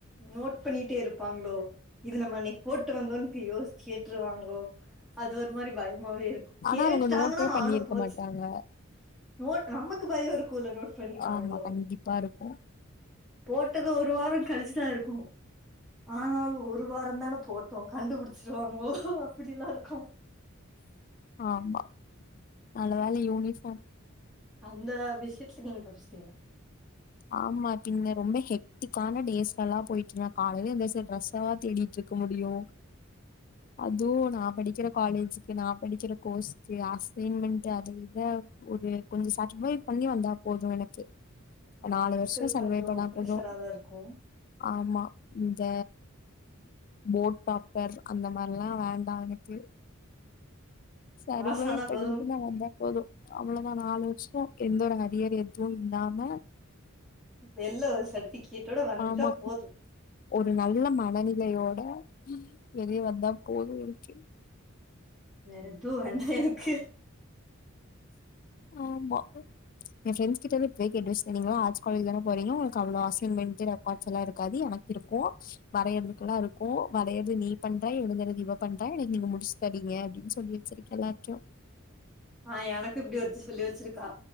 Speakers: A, in the centre; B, on the left.
A: நோட் பண்ணிட்டே இருப்பாங்ளோ இது நம்ப அன்னிக் போட்டு வந்தோன்ட்டு யோசிட் ருவாங்ளோ அது ஒரு மாரி பயமாவே இருக்கு
B: ஆனா
A: கேட்டுட்டாங்கனா
B: அவங்க நோட்டே
A: மானோ
B: பண்ணிருக்க
A: போச்சி
B: மாட்டாங்க
A: நோட் நம்மக்கு பய இருக்குல நோட் பண்ணிட்டாங்களோ
B: ஆமா கண்டிப்பா இருக்கு
A: போட்டது ஒரு வாரோ கழிச்சுதா இருக்கு ஆனாலு ஒரு வாரந் தானே போட்டோ கண்டுபுடிச்சிருவாங்களோ அப்டிலா இருக்கு
B: ஆமா நல்ல வேல யூனிஃபார்ம்
A: அந்த விஷ்யத்துல நீங்க தப்பிச்சிடீங்க
B: ஆமா பின்ன ரொம்ப ஹெக்டிக்கான டேஸ்லெல்லா பொயிட்டு இருந்தே காலையில எந்திரிச்சி டிரெஸ் எல்லா தேடிட்ருக் க முடியு அதுவு நா படிக்கிற காலேஜுக்கு நா படிக்கிற கோர்ஸுக்கு அசைன்மெண்ட்டு அது இத ஒரு கொஞ்சோ <unintelligible> பண்ணி வந்தா போது எனக்கு
A: ஆமா
B: நாலு
A: மெடிக்கல்
B: வருஷோ சர்வே
A: கொஞ்சோ
B: பண்ணா
A: ப்ரெஷரா
B: போது
A: தா இருக்கு
B: ஆமா இந்த போட் டாப்பர் அந்த மார்லா வேண்டா எனக்கு சர்வைவ்
A: பாஸ் ஆனா
B: பண்ணிட்டு
A: போதும்
B: நா வந்தா போது அவ்ளோதா நாலு வர்ஷோ எந்த ஒரு அரியர் எதுவு இல்லாம
A: வெள்ல ஒரு சர்ட்டிவிகேட்டோட வந்துட்டா
B: ஆமா
A: போது
B: ஒரு நல்ல மனநிலையோட வெளிய வந்தா போது எனக்கு
A: வேற எத்துவு வேண்டா எனக்கு
B: ஆமா ஏ ஃப்ரெண்ட்ஸ் கிட்டலா இப்பவே கேட்டு வச்சிட்டே நீங்கலா ஆர்ட்ஸ் காலேஜ் தானே போறீங்க ஒங்ளுக்கு அவ்ளோ அசைன்மென்ட்டு ரெக்கார்ட்ஸ் எல்லா இருக்காது எனக் இருக்கு வரையர்துக்கெல்லா இருக்கு வரையறது நீ பண்ற எழுதுறது இவ பண்ற நீங்க இங்க முடிச்சி தரிங் க அப்டின்னு சொல்லி வச்சிருக்கே எல்லார்டையு
A: ஆ எனக்கு இப்டி ஒருத்தி சொல்லி வச்சிருக்கா